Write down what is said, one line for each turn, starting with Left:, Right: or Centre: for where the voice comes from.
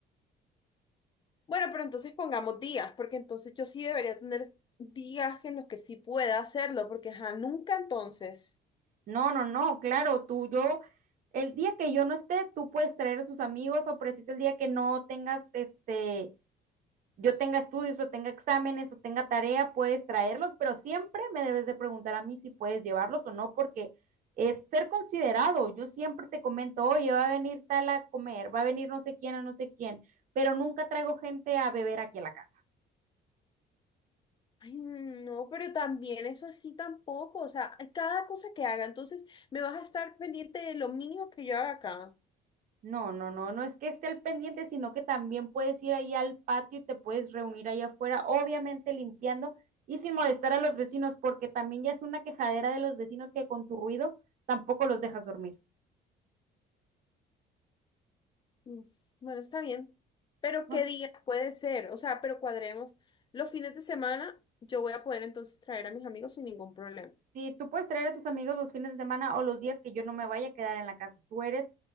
Left: Bueno, pero entonces pongamos días, porque entonces yo sí debería tener días en los que sí pueda hacerlo, porque ajá, nunca entonces.
Right: No, no, no, claro, tú, yo, el día que yo no esté, tú puedes traer a sus amigos o preciso el día que no tengas este yo tenga estudios o tenga exámenes o tenga tarea, puedes traerlos, pero siempre me debes de preguntar a mí si puedes llevarlos o no, porque es ser considerado. Yo siempre te comento, oye, va a venir tal a comer, va a venir no sé quién a no sé quién, pero nunca traigo gente a beber aquí a la casa.
Left: Ay, no, pero también eso así tampoco, o sea, cada cosa que haga, entonces me vas a estar pendiente de lo mínimo que yo haga acá.
Right: No, no, no, no es que esté al pendiente, sino que también puedes ir ahí al patio y te puedes reunir ahí afuera, obviamente limpiando y sin molestar a los vecinos, porque también ya es una quejadera de los vecinos que con tu ruido tampoco los dejas dormir.
Left: Uf, bueno, está bien, pero
Right: No
Left: ¿qué día puede ser? O sea, pero cuadremos. Los fines de semana yo voy a poder entonces traer a mis amigos sin ningún problema.
Right: Sí, tú puedes traer a tus amigos los fines de semana o los días que yo no me vaya a quedar en la casa. Tú eres,